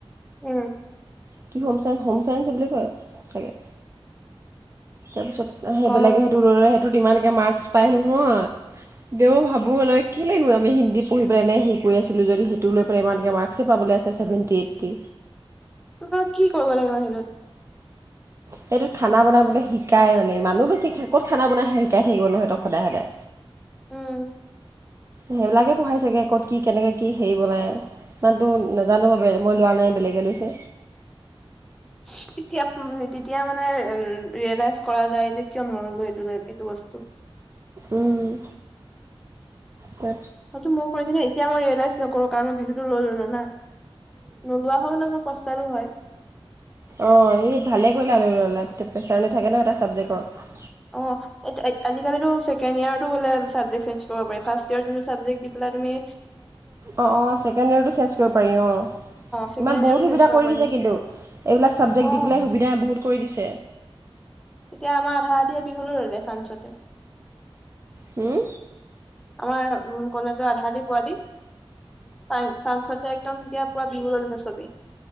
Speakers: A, in the centre; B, on the right (about 30°).
A: উম
B: কি হম চ হোম চাইেস বুলি কয় চাগে তাৰপিছত সেই
A: ক
B: বেলেগে সেইটো লৈ ল'লে সেইটোত ইমানকৈ মাৰ্কচ পায় নহয় দেও ভাবো ল কি লনো আমি হিন্দী পঢ়ি পেলাই নে হ আছিলোঁ যদি সেইটো লৈ পেলাই ইমানকে মাৰ্কচই পাবলৈ আছে ছেভেণ্টি এইটি।
A: তমাৰ কি কৰিব লাগে ম সেইটোত।
B: সেইটোত খানা বনাবলৈ শিকাই মানে মানুহ বেছি ক'ত খানা বনাই শিকাই থাকিব নহতক সদায় সদায়।
A: উম
B: সেইবিলাকে পঢ়াই চাগে ক'ত কি কেনেকে কি হেৰি বনাই ইমানতো নাজানো ব মই লোৱা নাই ব বেলেগে লৈছে।
A: <unintelligible> তেতিয়া, তেতিয়া মানে উ ৰিয়েলাইজ কৰা যায় যে কিয় নললো এইটো, এইটো বস্তু।
B: উম', তা
A: হয়টো মই কৰিছ এতিয়া মই ৰিয়েলাইজ নকৰো কাৰণ মই বিহুতো লৈ ললো ন। নোলোৱা হৈ মানে মই প্ৰস্থালো হৈ।
B: অ', এই ভালেই কৰিল ল অলপ প্ৰেছাৰ নেথাকে ন এটা ছাবজেক্টৰ।
A: অ', আজিকালি ছেকেড ইয়াৰোলোবজে চ পাৰি ফাৰয় যোনটো চাবেক্ দি পেলাই। তমি
B: অ', অ, ছেকেণ্ড ইয়েৰটো চেঞ্জ কৰিব পাৰি অ,
A: ছেকেণ্ড
B: ইমান
A: ইয়াৰটো
B: বহুত
A: চেঞ্জ
B: সুবিধা
A: কৰিব
B: কৰি
A: পাৰি
B: দিছে কিন্তু এইবিলাক চাবজেক্ট
A: অ
B: দি পেলাই সুবিধা বহুত কৰি দিছে।
A: তেতিয়া আমাৰ আধা আধিয়া বিহুলৈ ললে চানঞ্চতে।
B: হুম
A: আমাৰ উ কলেজৰ আধাি পোৱালি চ চঞ্চত। ততে একদম এতিয়া পুৰা বিহু ললে চবেই,